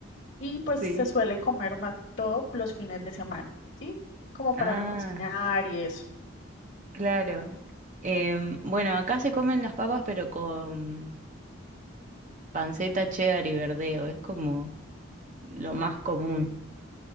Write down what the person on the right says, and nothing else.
sí.
Ah,
claro. Em, bueno, acá se comen las papas, pero con panceta, cheddar y verdeo. Es como lo más común.